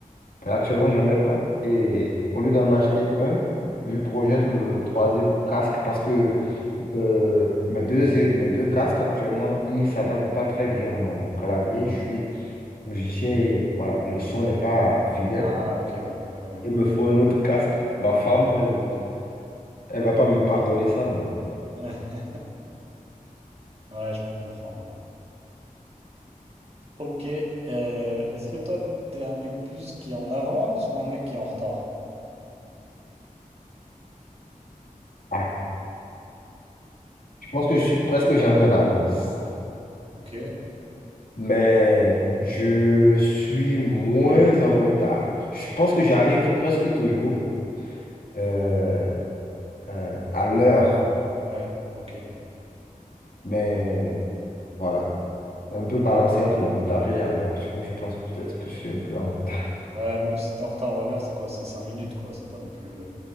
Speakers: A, on the left (about 80°); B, on the right (about 45°).
A: Actuellement, j'en ai pas. Et au lieu d'en acheter un, je projette le troisième casque parce que euh, mes deux, é- mes deux casques actuellement, ils ne s'adaptent pas très bien à mon clavier. Je suis musicien et voilà, le son n'est pas fidèle.
B: Ah, ok, ouais, ouais, ouais.
A: Il me faut un autre casque. Ma femme, elle, elle va pas me pardonner ça, mais voilà.
B: Ouais, <laughs> Ouais, je peux comprendre. ouais. Ok. euh, est-ce que toi, t'es un mec plus qui est en avance ou un mec qui est en retard?
A: Ah, je pense que je suis presque jamais en avance.
B: Ok.
A: mais je suis moins en retard. Je pense que j'arrive presque toujours euh, euh, à l'heure,
B: Ouais, ok.
A: mais voilà, un
B: ok.
A: peu balancé entre le retard et à l'heure. Du coup, je pense que peut-être que je suis un peu en retard. <laughs>
B: Ouais, même si t'es en retard ou à l'heure, c'est quoi? C'est 5 minutes, quoi. C'est pas non plus. euh,